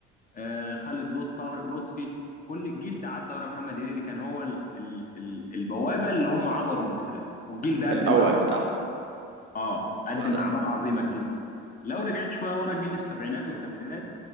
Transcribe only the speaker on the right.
الأول
بتاعهم
فعلا